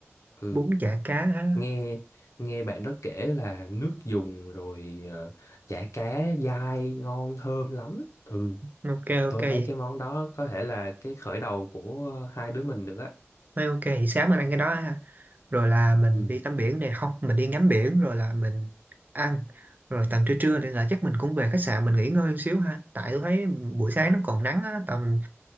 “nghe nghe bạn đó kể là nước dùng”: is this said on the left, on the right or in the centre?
Left